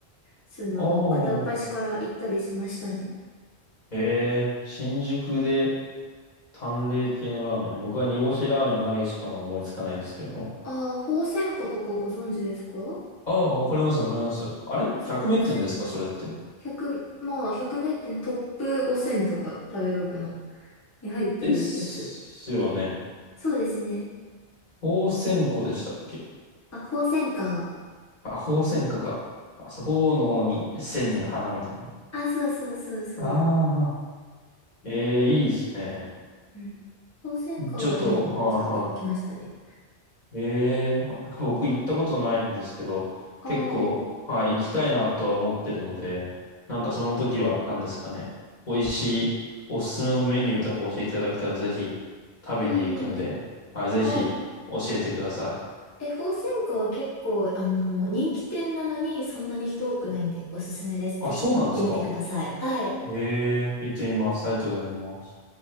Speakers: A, on the left (about 20°); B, on the left (about 40°).
A: その、
B: おああ。
A: 片っ端から行ったりしましたね。
B: ええ新宿で淡麗系のラーメン。僕は煮干しラーメン投げしかまあ思いつかないですけれども。
A: ああ、鳳仙花とかご存知ですか
B: ああ、わかります、わかります。あれ
A: あ、そう、
B: ?100
A: 鳳仙、
B: 名店ですか、それって。
A: 1 0まあ、100名店トップ5000とか、食べログの、に入ってるやつ。
B: ですよね。
A: そうですね。
B: 鳳仙湖でしたっけ
A: あ、鳳仙花。
B: あ、鳳仙花か。あ、そう、鳳の王に、仙に花みたいな。
A: あ、そうそうそうそう。
B: ああ、ええいいですね。
A: うん。鳳仙花はめっちゃ行きましたね。
B: ちょっと、はい、ええ <laughs> 僕行ったことないんですけど、
A: ああ、
B: 結構、はい、行きたいなとは思ってるので、なんかその時は何ですかね、美味しいおすすめのメニューとか教えていただけたらぜひ食べに行くんで、
A: うん。
B: はい、ぜひ教えてください。
A: ああ、え、鳳仙花は結構、あの、人気店なのにそんなに人多くないんでおすすめです。
B: あ、
A: ぜひ行ってみてください。
B: そうなんですか。
A: はい。
B: ええ行ってみます。ありがとうございます。